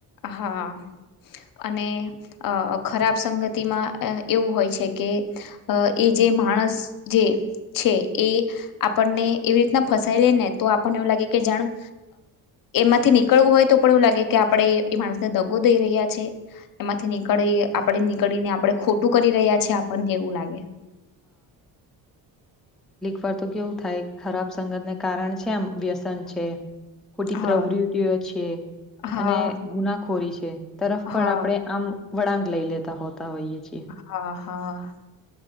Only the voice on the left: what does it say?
હા. અને ખરાબ અ સંગતિમાં એવું હોય છે કે એ જે માણસ જે છે એ આપણને એવી રીતના ફસાય લે ને તો આપણને એવું લાગે કે જાણું એમાંથી નીકળવું હોય તો પણ એવું લાગે કે આપણે એ માણસને દગો દઈ રહ્યા છે એમાંથી નીકળી આપણે નીકળીને આપણે ખોટું કરી રહ્યા છે આપણને એવું લાગે
હા
હા
હા
હા હા.